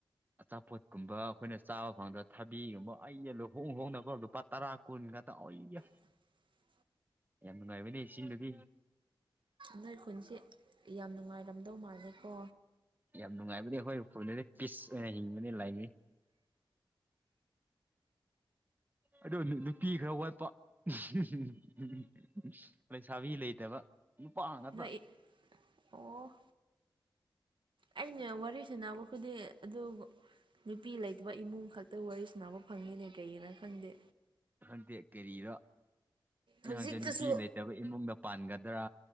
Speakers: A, on the right (about 20°); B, on the right (about 65°).
A: ꯑꯆꯥꯄꯣꯠꯀꯨꯝꯕ ꯑꯩꯈꯣꯏꯅ ꯆꯥꯕ ꯐꯪꯗ ꯊꯕꯤꯒꯨꯝꯕ ꯑꯩ ꯍꯣꯡ ꯍꯣꯡꯅꯀꯣ ꯂꯨꯄꯥ ꯇꯔꯥ ꯀꯨꯟ ꯈꯇ ꯑꯣꯏꯌꯥ
B: <inaudible>
A: ꯌꯥꯝ ꯅꯨꯡꯉꯥꯏꯕꯅꯦ ꯆꯤꯡꯗꯗꯤ
B: ꯅꯣꯏ ꯈꯨꯟꯁꯤ ꯌꯥꯝ ꯅꯨꯡꯉꯥꯏꯔꯝꯗꯧ ꯃꯥꯜꯂꯦꯀꯣ
A: ꯌꯥꯝ ꯅꯨꯡꯉꯥꯏꯕꯗꯤ ꯑꯩꯈꯣꯏ ꯎꯈꯨꯜꯗꯗꯤ ꯄꯤꯁ ꯑꯣꯏꯅ ꯍꯤꯡꯕꯅꯤ ꯂꯥꯏ ꯑꯗꯣ ꯅꯨꯄꯤ ꯈꯔ ꯋꯥꯠꯄ <unintelligible> ꯂꯩꯁꯥꯕꯤ ꯂꯩꯇꯕ ꯅꯨꯄꯥ ꯉꯥꯛꯇ
B: ꯅꯣꯏ ꯑꯣ ꯑꯩꯅ ꯋꯥꯔꯤ ꯁꯅꯕ ꯈꯨꯗꯤꯡ ꯑꯗꯨ ꯅꯨꯄꯤ ꯂꯩꯇꯕ ꯏꯃꯨꯡ ꯈꯛꯇ ꯋꯥꯔꯤ ꯁꯅꯕ ꯐꯪꯉꯤꯅꯦ ꯀꯩꯒꯤꯅ ꯈꯪꯗꯦ
A: ꯈꯡꯗꯦ ꯀꯔꯤꯔꯣ ꯅꯍꯥꯡꯁꯦ
B: ꯍꯧꯖꯤꯛꯇꯁꯨ
A: ꯅꯨꯄꯤ ꯂꯩꯇꯕꯩ ꯏꯃꯨꯡꯗ ꯄꯥꯟꯒꯗ꯭ꯔꯥ